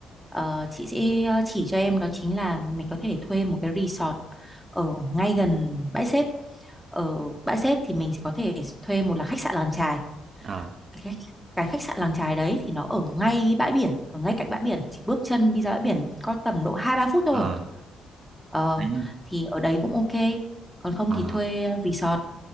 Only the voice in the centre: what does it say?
ờ, chị sẽ ờ, chỉ cho em đó chính là mình có thể thuê một cái resort ở ngay gần Bãi Xép. Ở Bãi Xép thì mình sẽ có thể thuê một là khách sạn làng chài.
Cái, khách- cái khách sạn làng chài đấy thì nó ở ngay bãi biển, ở ngay cạnh bãi biển, chỉ bước chân đi ra bãi biển có tầm độ 2 3 phút thôi
Ờ,
thì ở đấy cũng ok. Còn không
thì thuê ờ, resort